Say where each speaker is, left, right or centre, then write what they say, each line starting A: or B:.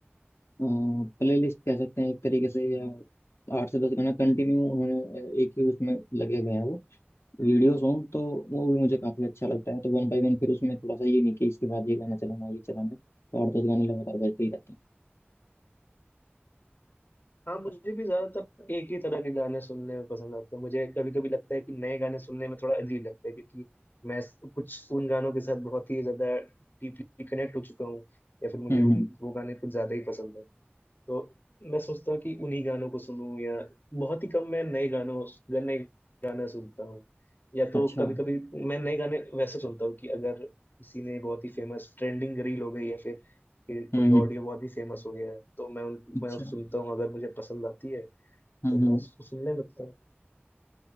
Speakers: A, on the left (about 85°); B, on the left (about 50°).
A: प्ले लिस्ट कह सकते हैं एक तरीके से या आठ से दस गाना कंटिन्यू उन्होंने अ, एक ही उसमें लगे हुए हैं वो वीडियो सॉन्ग तो वो भी मुझे काफ़ी अच्छा लगता है तो वन बाय वन फिर उसमें थोड़ा सा ये नहीं कि इसके बाद ये गाना चलाना है, ये चलाना है तो आठ दस गाने लगातार बजते ही रहते हैं
B: हाँ मुझे भी ज्यादातर एक ही तरह के गाने सुनने में पसंद आते हैं मुझे कभी कभी लगता है कि नए गाने सुनने में थोड़ा अजीब लगता है क्योंकि मैं स- कुछ उन गानों के साथ बहुत ही ज्यादा डीपली कनेक्ट हो चुका हूँ या फिर मुझे
A: हम्म
B: उन
A: हम्म,
B: वो गाने कुछ ज्यादा ही पसंद है तो मैं सोचता हूँ कि उन्हीं गानों को सुनूं या बहुत ही कम मैं नए गानों नए गाना सुनता हूँ या तो
A: अच्छा
B: कभी कभी मैं नए गाने वैसे सुनता हूँ कि अगर किसी ने बहुत ही फेमस ट्रेंडिंग रील हो गई या फिर कि
A: हम्म
B: कोई
A: हम्म
B: ऑडियो बहुत ही फेमस हो गया है तो मैं उन
A: अच्छा
B: मैं उस सुनता हूँ अगर मुझे पसंद आती है फिर
A: हम्म हम्म
B: मैं उसको सुनने लगता हूँ